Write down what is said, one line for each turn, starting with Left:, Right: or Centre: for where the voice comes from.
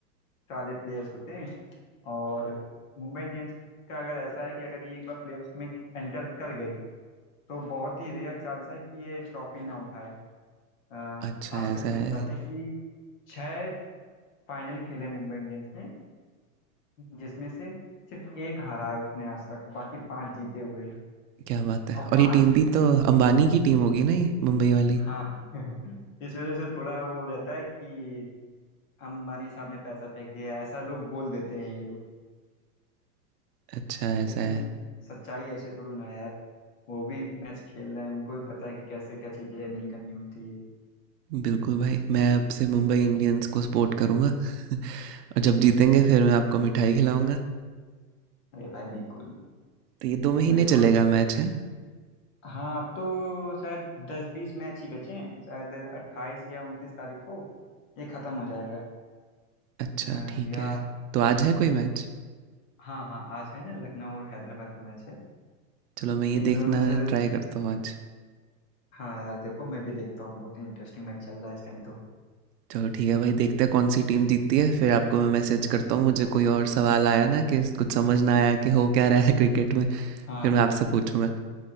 Left: सारे प्लेयर्स होते हैं और मुंबई इंडियंस का अगर ऐसा है कि अगर ये एक बार प्लेऑफ्स में एंटर कर गई तो बहुत ही रेयर चांस है कि ये ट्रॉफी ना उठाए अ,
Right: अच्छा
Left: आज
Right: ऐसा
Left: तक तुम
Right: है
Left: बताते हैं कि छह फाइनल खेले मुंबई इंडियंस ने जिसमें से सिर्फ एक हारा है उसने आज तक बाकी पांच जीते हुए हैं।
Right: क्या बात है
Left: और
Right: और
Left: पांच
Right: ये टीम भी तो अंबानी की टीम होगी ना ये मुंबई वाली
Left: हाँ <laughs> इस वजह से थोड़ा वो रहता है कि अंबानी साहब ने पैसा फेंक दिया ऐसा लोग बोल देते हैं ये लोग
Right: अच्छा ऐसा
Left: लेकिन
Right: है
Left: सच्चाई ऐसे थोड़ी ना है यार वो भी मैच खेल रहा है उनको भी पता है कि कैसे क्या चीजें हैंडल करनी होती है
Right: बिल्कुल भाई मैं
Left: तो
Right: अब से मुंबई इंडियंस को सपोर्ट करूँगा <laughs> और जब जीतेंगे फिर मैं आपको मिठाई खिलाऊंगा
Left: अरे भाई बिल्कुल
Right: तो ये दो महीने
Left: अभी तो
Right: चलेगा मैच है
Left: हाँ अब तो शायद दस बीस मैच ही बचे हैं शायद अट्ठाईस या उनतीस तारीख को ये खत्म हो जाएगा
Right: अच्छा
Left: अ,
Right: ठीक
Left: या
Right: है तो आज है कोई मैच
Left: हाँ हाँ आज है ना लखनऊ और हैदराबाद का मैच है
Right: चलो मैं ये
Left: इन
Right: देखना
Left: दोनों में से
Right: ट्राई करता हूँ आज
Left: हाँ यार देखो मैं भी देखता हूँ बहुत ही इंटरेस्टिंग मैच चल रहा है इस टाइम तो
Right: चलो ठीक है भाई देखते हैं कौन सी टीम जीतती है फिर आपको मैं मैसेज करता हूँ मुझे कोई और सवाल आया ना कि कुछ समझ ना आया कि हो क्या रहा है <laughs> क्रिकेट में
Left: हाँ
Right: फिर मैं
Left: हाँ
Right: आपसे पूछूंगा